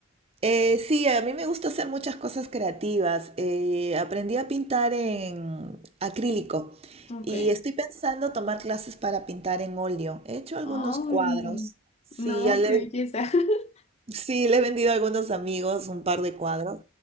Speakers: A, on the right; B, on the left.
A: Eh, sí, a mí me gusta hacer muchas cosas creativas. Eh, aprendí a pintar en acrílico
B: Ok.
A: y estoy pensando tomar clases para pintar en óleo. He hecho algunos
B: Ay,
A: cuadros. Sí,
B: no,
A: ya le,
B: qué belleza. <laughs>
A: sí, le he vendido a algunos amigos un par de cuadros,